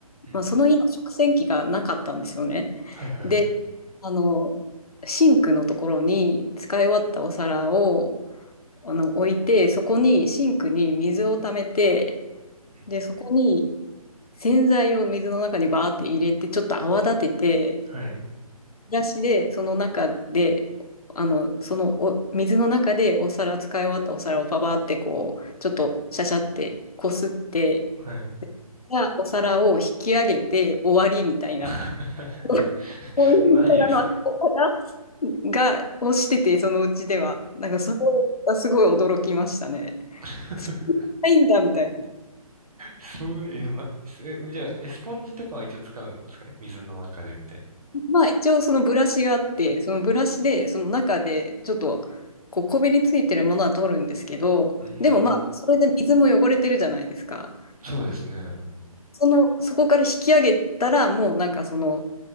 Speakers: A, on the right (about 70°); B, on the left (about 75°).
A: うんうん
B: まあ、その家は食洗機がなかったんですよね。
A: はいはい。
B: で、あの、シンクのところに使い終わったお皿を、あの、置いて、そこに、シンクに水を溜めて、
A: うん、
B: で、そこに洗剤を水の中にバーって入れて、ちょっと泡立てて、
A: はい、
B: ブラシで、その中で、あの、そのお、水の中でお皿、使い終わったお皿をパパーってこう、ちょっとシャシャってこすって、
A: はい。
B: がお皿を引き上げて終わりみたいな、
A: <laughs>
B: <laughs> こういうお皿の運び方が、
A: マジですか
B: をしてて、そのうちでは。なんかそれがすごい驚きましたね。
A: <laughs>
B: そんなないんだみたいな。
A: それ、え、ま、え、じゃあ、えスポンジとかは一応使うんですかね水の中でみたいな。
B: まあ一応そのブラシがあって、そのブラシでその中でちょっとこうこびりついてるものは取るんですけど、
A: うーん、
B: でもまあそれで水も汚れてるじゃないですか。
A: そうですね。
B: その、そこから引き上げたらもうなんかその、